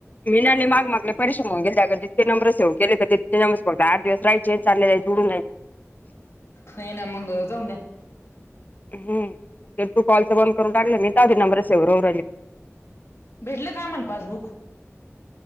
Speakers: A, on the left (about 35°); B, on the left (about 55°).
A: मनाने माग मागले परशम होऊ गेले अ जितकेंबर सेव केले तर तिते नंबर बघत आठ दिवस राहिचे चाले जायचे जडून
B: नाही ना मग जाऊन द्या.
A: हम् म्हणजे तू कॉलच बंद करून टाकलं मी ती नंबर सेववरव
B: भेटलं का मला पासबुक.